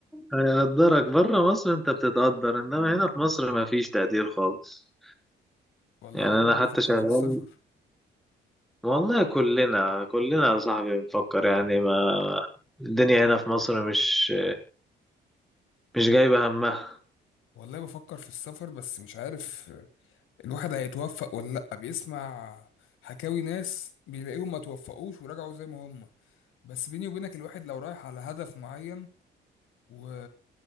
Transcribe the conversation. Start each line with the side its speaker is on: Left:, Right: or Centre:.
Centre: هيقدرك بره مصر انت بتتقدر انما هنا في مصر مفيش تقدير خالص
Left: والله
Centre: يعني
Left: يا ايمن
Centre: انا حتى
Left: بفكر
Centre: شغال
Left: في السفر
Centre: والله كلنا كلنا يا صاحبي بنفكر يعني ما الدنيا هنا في مصر مش مش جايبة همها
Left: والله بفكر في السفر بس مش عارف الواحد هيتوفق ولا لأ بيسمع حكاوي ناس بيلاقيهم ما توفقوش ورجعوا زي ما هم بس بيني وبينك الواحد لو رايح على هدف معين و...